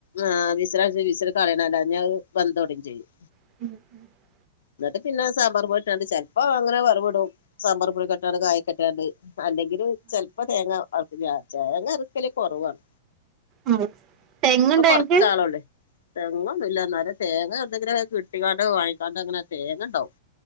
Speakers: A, on the left; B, on the right.
A: ആ വിസലടിച്ച് വിസൽകളയണല്ല എല്ലാഞ്ഞ അഹ് വെന്ത്ടയുകയും ചെയ്യും
B: <unintelligible>
A: എന്നിട്ട് പിന്നെ സമ്പാറ്ട്ടണ്ട് ചിലപ്പോ അങ്ങനെ വറവ്വിടും സമ്പാർ പൊടിക്കെട്ടാണ്ട് കായ്ക്കട്ടാണ്ട് അല് ല് ചെൽപ്പോ തേങ്ങ അറക്കല് തേങ്ങ അരക്കല് കുറവാണ്
B: ആഹ് തെങ്ങുണ്ടോ
A: ഇപ്പ കൊറച്ചാളെയുളെ
B: നിങ്ങക്ക്
A: തെങ്ങ് ഒന്നുല്ല. ന്നാലും തേങ്ങയോട്നെങ്കിലും കിട്ടിക്കാണ്ട് വാങ്ങിക്കാണ്ട് അങ്ങനെ തേങ്ങണ്ടാവും